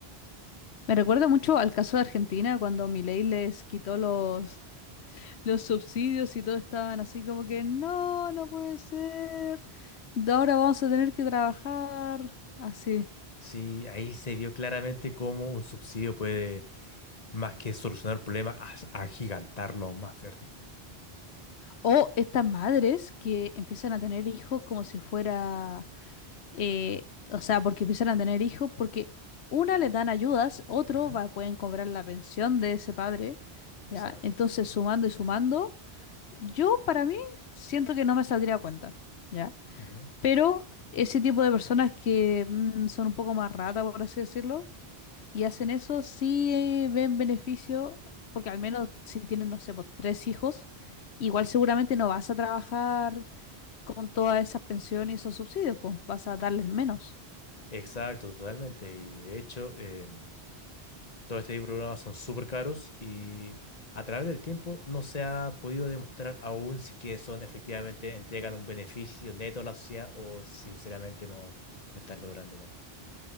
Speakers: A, on the left; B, on the left.
A: Me recuerda mucho al caso de Argentina cuando Milei les quitó los, los subsidios y todo estaban así como que no, no puede ser. de Ahora vamos a tener que trabajar así.
B: Sí, ahí se vio claramente cómo un subsidio puede, más que solucionar problemas, as- agigantarlo aún más, ¿cierto?
A: O estas madres que empiezan a tener hijos como si fuera, eh, o sea, porque empiezan a tener hijos porque una le dan ayudas, otro
B: Ujú.
A: va, pueden cobrar la pensión de ese padre,
B: Exacto.
A: ¿ya? Entonces, sumando y sumando, yo para mí siento que no me saldría a cuenta, ¿ya?
B: Ujú.
A: Pero ese tipo de personas que mm, son un poco más ratas, por así decirlo, Y hacen eso, sí eh, ven beneficio, porque al menos si tienen, no sé, po, tres hijos, igual seguramente no vas a trabajar con todas esas pensiones y esos subsidios, pues vas a darles menos.
B: Exacto, totalmente. Y de hecho, em, Todo este tipo de programas son súper caros y a través del tiempo no se ha podido demostrar aún si que son efectivamente entregan un beneficio neto a la sociedad o sinceramente no, no están logrando nada.